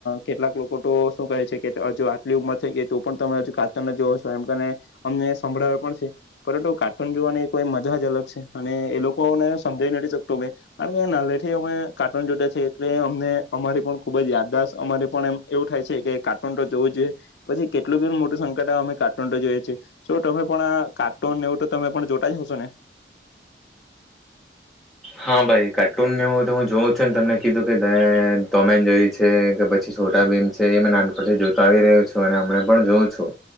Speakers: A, on the left; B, in the centre.
A: કેટલાક અ લોકો તો શું કહે છે કે હજુ આટલી ઉંમર થઈ ગઈ તો પણ તમે હજુ કાર્ટૂન જ જોઓ છો. એમને અમને સંભળાવે પણ છે. પરંતુ કાર્ટૂન જોવાની કોઈ મજા જ અલગ છે અને એ લોકોને સમજાવ નથી શકતું કારણ કે નાનલેથી અમે કાર્ટૂન જોતા છે એટલે અમને અમારી પણ ખુબ જ યાદાશત અમારે પણ એમ એવું થાય છે કે કાર્ટૂન તો જોવું જોઈએ. પછી કેટલું બી મોટું સંકટ અમે કાર્ટૂન જોઈએ છે. તમે પણ આ કાર્ટૂન એવું તો તમે પણ જોતા જ હશો ને?
B: હા ભાઈ કાર્ટૂન ને એવું તો હું જોઉં છું ને તમને કીધું કે મે ટોમનજેરી છે કે પછી છોટા ભીમ છે એ નાનપથી જોતો આવી રહ્યો છું અને હમને પણ જોઉં છું